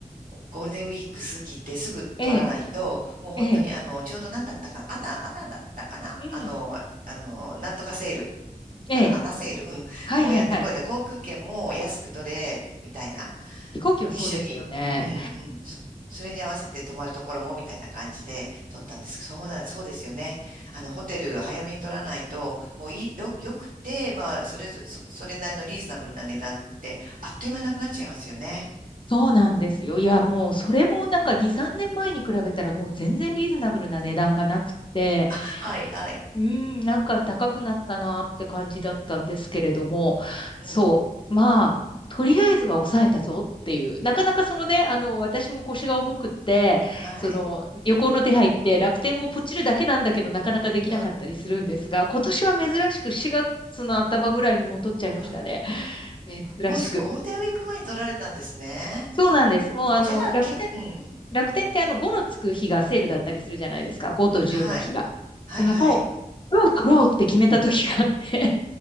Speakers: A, on the right; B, on the left.
A: ゴールデンウィーク過ぎてすぐ取らないと、
B: ええ
A: もう本当にあの、
B: ええええ
A: ちょうど何だったかな、アナ、アナだったかな、
B: うん。
A: あの、あの、なんとかセール、
B: ええ。
A: あの、アナセール、うん、
B: はいはいはい。
A: もうやってこいだ、航空券も安く取れ、みたいな、
B: 飛行機はそうですよね。
A: 一緒に、うんうん、そ、それに合わせて泊まるところも、みたいな感じで取ったんですけど、そうなん、そうですよね。あの、ホテル早めに取らないと、もういい、よ、よくて、まあ、それぞそ、それなりのリーズナブルな値段って、あっという間なくなっちゃいますよね。
B: そうなんですよ。いや、もうそれもなんか2、3年前に比べたらもう全然リーズナブルな値段がなくて、
A: あ、はいはい。
B: うん、なんか高くなったなって感じだったんですけれども、
A: うん、
B: そう、まあ、とりあえずは抑えたぞっていう、なかなかそのね、あの、私も腰が重くって、
A: はい。
B: その旅行の手配って楽天をポチるだけなんだけどなかなかできなかったりするんですが、
A: うん、
B: 今年は珍しく4月の頭ぐらいに戻っちゃいましたね。
A: うん。
B: <laughs> 珍しく。
A: もうす、ゴールデンウィーク前に取られたんですね。
B: そうなんです。もうあの、
A: じゃあ、
B: 楽天
A: け、うん。
B: 楽天ってあの5のつく日がセールだったりするじゃないですか。5と10の日が。
A: はい。はい、
B: だからもう、
A: はい。
B: 取ろう取ろうって決めた時があって